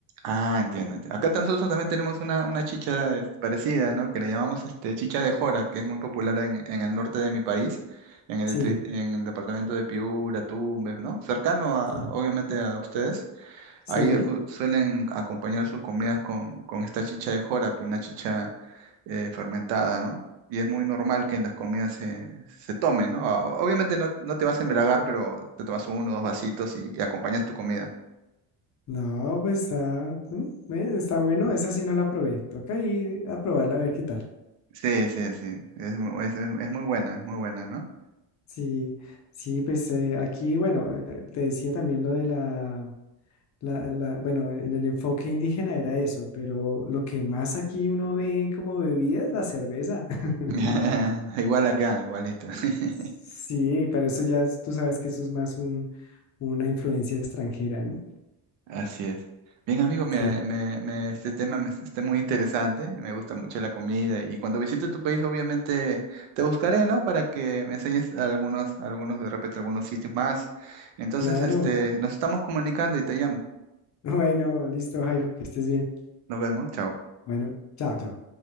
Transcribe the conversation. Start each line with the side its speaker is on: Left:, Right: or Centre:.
Right: Ah, entiendo, entiendo. Acá tan- nosotros también tenemos una, una chicha este, parecida, ¿no? Que le llamamos este, chicha de jora, que es muy popular en, en el norte de mi país, en el
Left: Sí,
Right: distrito, en el departamento de Piura, Tumbes, ¿no? Cercano a,
Left: sí,
Right: obviamente a ustedes.
Left: sí.
Right: Ahí uh, suelen acompañar sus comidas con, con esta chicha de jora, pues, una chicha eh, fermentada, ¿no? Y es muy normal que en las comidas se, se tome, ¿no? Ah, Obviamente no, no te vas a embriagar, pero te tomas uno o dos vasitos y y acompañas tu comida.
Left: No, pues está, mm, eh, está bueno, esa sí no la probé. Toca ir a probarla a ver qué tal.
Right: Sí, sí, sí. Es, mu- es, es muy buena, es muy buena, ¿no?
Left: Sí, sí, pues eh, aquí, bueno, eh, te decía también lo de la, la, la- bueno, en el enfoque indígena era eso, pero lo que más aquí uno ve como bebida es la cerveza. <laughs>
Right: <laughs> Igual acá, igualito. <laughs>
Left: Sí, pero eso ya, es- tú sabes que eso es más un, una influencia extranjera, ¿no?
Right: Así es. Bien, amigo, me,
Left: Sí,
Right: me- me- este tema me, está muy interesante. Me gusta mucho la comida. Y cuando visite tu país, obviamente te buscaré, ¿no? Para que me enseñes algunos, algunos, de repente, algunos sitios más. Entonces,
Left: claro.
Right: este, nos estamos comunicando y te llamo.
Left: <laughs> Bueno, listo, Jairo, que estés bien.
Right: Nos vemos. Chao.
Left: Bueno, chao, chao.